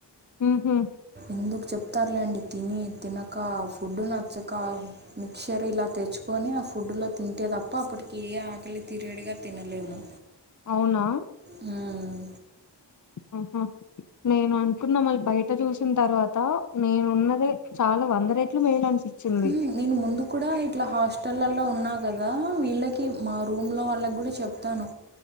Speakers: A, on the left; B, on the right.
A: ఉహు
B: ఎందుకు చెప్ సర్లేండి తిని తినక ఆ ఫుడ్ నచ్చక మిక్చర్ ఇలా తెచ్చుకొని ఆ ఫుడ్ గుడ్డులో తింటే తప్ప అప్పటికి ఏ ఆకలి తీరేడుగా తినలేము
A: అవునా
B: మ్మ్.
A: ఆహా నేను అనుకున్నా మళ్ళీ బయట చూసిన తర్వాత నేను ఉన్నదే చాలా వంద రేట్లు మేలనిపి చింది
B: మ్మ్, నేను ముందు కూడా ఇట్లా హాస్టలల్లో ఉన్నా గదా వీళ్ళకి మా రూమ్ లో వాళ్ళకి గూడా చెప్తాను